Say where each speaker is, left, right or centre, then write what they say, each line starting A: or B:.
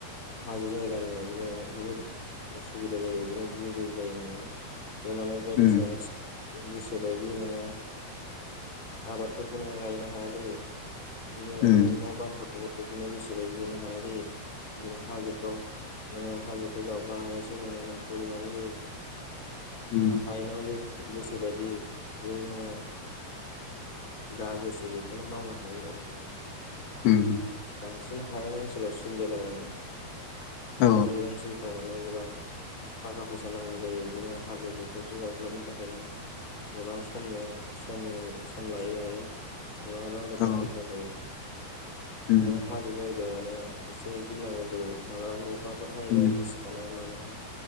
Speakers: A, on the left; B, on the left.
A: हाजो जायगानिया बिदिनो जोबोद उसुबिदा जायो बिदिनो गोजौ जायो नालाय। बेफोर माने बायदिसिना
B: उम
A: गोसो बायदि नोङो आबादफोरखौ नो गायनो हाया जायो। बिदिनो
B: उम
A: न' बांफोरखौ बिदिनो गोसोबायदि लुनो हाया जायो बिदिनो हाजोफ्राव नोङो हाजोखौ जावख्लानानै एसो नोङो न'खौ लुनांगौ जायो। बिदिनो
B: उम
A: हायेन, <unintelligible> गोसो बायदियै एहाय जोङो, जा गोसो बेखौनो मावनो हायो आरो
B: उम
A: बांसिन हायेन ओनसोलाव सुबिदा दङ माने
B: औ
A: हाजो ओनसोल, फ्राव माने गोबां थाखा फैसा नांगौ जायो बिदिनो हाजो दखारसे जावख्लबनो थाखायनो, गोबां समनि समनि सम लायो आरो गोबां रां रुफा
B: औ
A: खरसा जायो।
B: उम
A: आरो हाजो जायगायाव माने एसे गिनांगौ जायो मालाबा अखाफोर हायोबा
B: उम
A: गिसि, खानाय मानाय